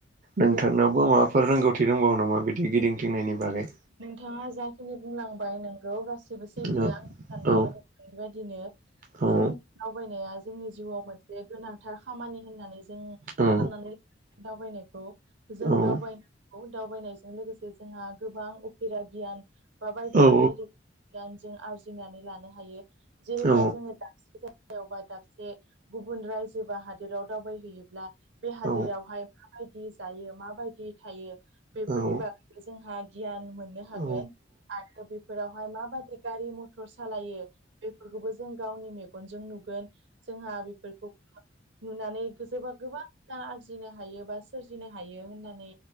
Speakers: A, on the right; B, on the right.
A: नोंथांनाव
B: जों
A: माफोर रोंगौथि रोंबावो नामा बिदि गिदिंथिंनायनि बागै?
B: नोंथाङा जाखिनि बुंलांबाय नोंगौ गासिबो सैथो
A: औ
B: आं साननायाबो
A: औ
B: नोंथांनि बायदिनो
A: औ
B: जों दावबायनाया जोंनि जिउआव मोनसे गोनांथार खामानि होननानै जों साननानै
A: औ
B: लानांगोन दावबायनायखौ जों
A: औ
B: दावबायनांगौ दावबायनायजों लोगोसे जोंहा गोबां उफेरा गियान बा बायदि
A: औ
B: बायदि रोखोमनि गियान जों आरजिनानै लानो हायो। जेरैहाय
A: औ
B: जोङो दाबसे जाय गायाव बा दाबसे गुबुन रायजो बा हादोराव दावबायहैयोब्ला बे हादोरावहाय
A: औ
B: माबायदि जायो माबायदि थायो बेफोरनि
A: औ
B: बागैबो जोंहा गि गियान मोननो हागोन
A: औ
B: आरो बेफोरावहाय माबादि गारि मथर सालायो बेफोरखौबो जों गावनि मेगनजों नुगोन जोंहा बेफोरखौ नुनानै जोबा गोबा आरजिनो हायो बा सोरजिनो हायो होननानै